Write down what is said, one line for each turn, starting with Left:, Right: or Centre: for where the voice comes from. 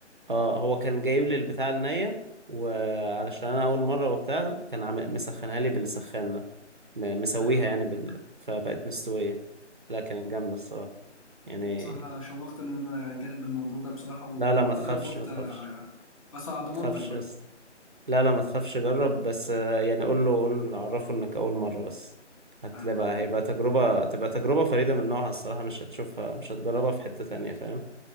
Right: اه هو كان جايب لي البتاع النية وعلشان انا اول مرة وبتاع كان عم- مسخنها لي بالسخان ده م- مسويها
Left: ايوه فاهم
Right: يعني بال... فبقت مستوية لا كانت جامدة الصراحة يعني
Left: بصراحه شوقت ان انا اجرب الموضوع ده بصراحه ويعني
Right: لا لا ما تخافش
Left: اقرب وقت
Right: ما تخافش
Left: آه، بس على ضمانتك
Right: ما تخافش
Left: بقى
Right: بس لا لا ما تخافش جرب بس آه، يعني قول له قول له عرفه انك اول مرة بس هتلاقي
Left: فاهمك
Right: بقى
Left: اه
Right: هيبقى تجربة تبقى تجربة فريدة من نوعها الصراحة مش هتشوفها مش هتجربها في حتة تانية فاهم